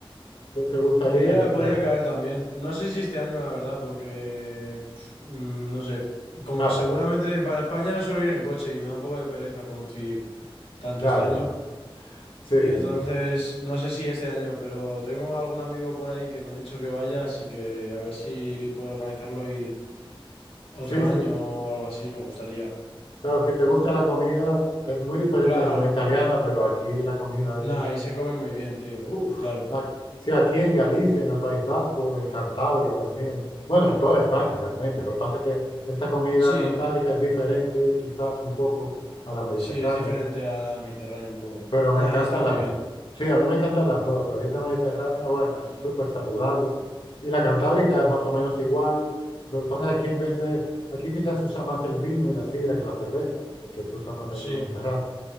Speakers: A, on the left (about 60°); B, on the left (about 85°).
A: te te gustaría,
B: Podría,
A: yo creo.
B: podría caer también. No sé si este año, la verdad, porque pf, mm, no sé. Como
A: Claro,
B: seguramente para España suelo ir en coche y me da un poco de pereza conducir tanto
A: claro.
B: este año.
A: Sí,
B: Entonces, no sé si este año, pero tengo algún amigo por ahí que me ha dicho que vaya, así que a ver si puedo organizarlo e ir otro
A: sí, sí.
B: año o algo así, me gustaría.
A: Claro, si te gusta la comida, es muy diferente
B: Claro.
A: a la comida italiana, pero aquí la comida
B: Nah,
A: es...
B: ahí se come muy bien, tío.
A: Uf.
B: Claro.
A: Ac- Sí, aquí en Galicia, en el País Vasco, en Cantabria también. Bueno, en toda España realmente. Lo que pasa es que esta comida
B: Sí,
A: cantábrica es diferente quizás un poco a la mediterránea.
B: sí, es diferente a la mediterránea un poco.
A: Pero
B: Nah,
A: me encantan
B: está muy
A: las...
B: bien.
A: Sí, a mí me encantan las dos. La dieta mediterránea, bueno, es súper saludable. Y la cantábrica es más o menos igual. Lo que pasa es que aquí en vez de... Aquí quizás se usa más el vino y la sidra que la cerveza, que se usa más
B: Sí.
A: allá en el Mediterráneo.